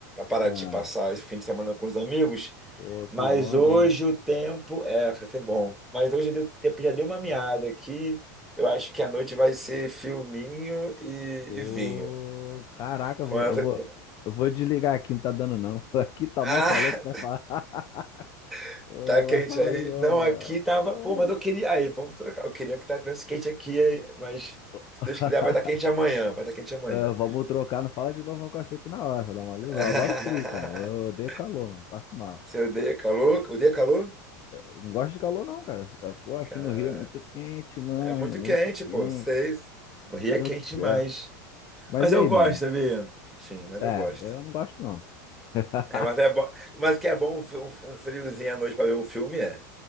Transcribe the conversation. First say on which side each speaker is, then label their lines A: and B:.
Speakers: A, in the centre; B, on the left.
A: Paraty
B: Ah,
A: passar esse fim de semana com os amigos,
B: pô,
A: mas
B: que onda,
A: hoje
B: hein?
A: o tempo é, vai ser bom. Mas hoje o tempo já deu uma meada aqui. Eu acho que a noite vai ser filminho e,
B: Pô,
A: e vinho.
B: caraca,
A: Com
B: eu vou,
A: essa...
B: eu vou,
A: com-
B: eu vou desligar aqui, não tá dando não. <laughs> Aqui tá
A: Ah,
B: mó calor, tu vai falar. <laughs>
A: <laughs>
B: Ô,
A: tá quente
B: Vai falar
A: aí.
B: aí, ó.
A: Não, aqui tava.
B: Pô.
A: Pô, mas eu queria. Aí, vamos trocar. Eu queria que tivesse quente aqui, aí, mas
B: <laughs>
A: se Deus quiser, vai estar quente amanhã. Vai estar quente amanhã.
B: Ah, Vamos trocar, não fala de novo um cacete na hora, dá maluco.
A: <laughs>
B: Eu adoro frio, cara. Eu odeio calor, mano. Passo mal.
A: Você odeia calor? Odeia calor?
B: Eu não gosto de calor, não, cara. Pô, aqui
A: Cara,
B: no Rio é muito quente, mano.
A: é muito
B: Muito
A: quente,
B: quente.
A: pô. Seis. O
B: Meu
A: Rio
B: Deus
A: é quente
B: do céu.
A: demais.
B: Mas
A: Mas
B: e
A: eu
B: aí,
A: gosto,
B: mano?
A: sabia? Enfim, mas
B: É,
A: eu gosto.
B: eu não gosto, não. <laughs>
A: É, mas é bom. Mas que é bom um, fi- um- um friozinho à noite pra ver um filme, é.